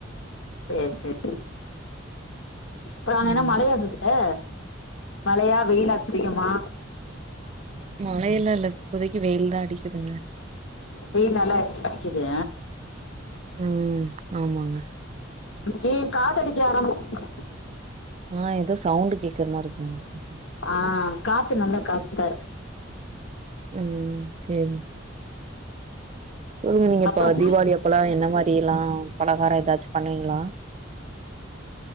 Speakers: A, on the left; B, on the right.
A: சேர் செரி அப்புறோ
B: ம்
A: என்ன மழையா சிஸ்டே மழையா வெயில்லா அதிகமா
B: மழை எல்லா இல்ல இப்போதைக்கு வெயில் தா அடிக்குதுங்க
A: வெயில் நல்லா இருக்கி அடிக்குது
B: உம் ஆமாங்க
A: இங்கியு காத்தடிக்க ஆரம்பிச்சிருச்சு
B: ஆ ஏதோ சவுண்டு கேக்குற மாரி இருக்குன்னு சொன்ன
A: ஆ காத்து நல்லா காத்தா இருக்கு
B: உம் சேரி உம் நீங்க
A: அப்ப
B: இப்ப தீபாவளி அப்பல்லா என்ன மாரி எல்லா பலகார ஏதாச்சு பண்ணுவீங்களா